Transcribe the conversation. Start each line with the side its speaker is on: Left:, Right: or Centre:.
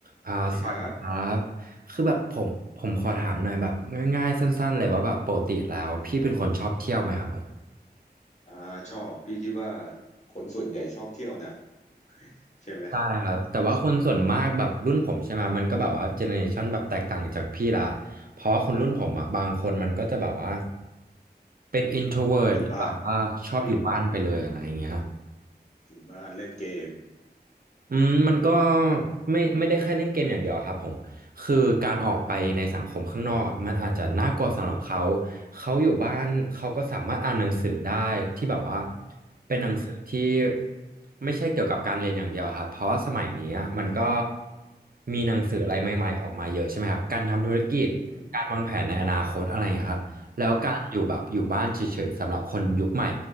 Right: อ่าสวัสดีครับ
Left: สวัสดีครับ
Right: คือแบบผมผมขอถามหน่อยแบบง่ายๆสั้นๆเลยว่าแบบปกติแล้วพี่เป็นคนชอบเที่ยวไหมครับผม
Left: อ่าชอบพี่คิดว่าคนส่วนใหญ่ชอบเที่ยวนะใช่ไหม
Right: ใช่ครับแต่ว่าคนส่วนมากแบบรุ่นผมใช่ไหมมันก็แบบว่าเจเนอเรชันแบบแตกต่างจากพี่ละเพราะว่าคนรุ่นผมอ่ะบางคนมันก็จะแบบว่าเป็น introvert
Left: อยู่บ้าน
Right: หรือแบบว่าชอบอยู่บ้านไปเลยอะไรอย่างเงี้ย
Left: อืมอยู่บ้านเล่นเกม
Right: อืมมันก็ไม่ไม่ได้แค่เล่นเกมอย่างเดียวครับผมคือการออกไปในสังคมข้างนอกอะมันอาจจะน่ากลัวสำหรับเขาเขาอยู่บ้านเขาก็สามารถอ่านหนังสือได้ที่แบบว่าเป็นหนังสือที่
Left: อืม
Right: ไม่ใช่เกี่ยวกับการเรียนอย่างเดียวครับเพราะว่าสมัยนี้อะมันก็มีหนังสืออะไรใหม่ๆออกมาเยอะใช่ไหมครับการทำธุรกิจการวางแผนในอนาคตอะไรอย่างเงี้ยครับแล้วการอยู่แบบอยู่บ้านเฉยๆสำหรับคนยุคใหม่
Left: อืมอืม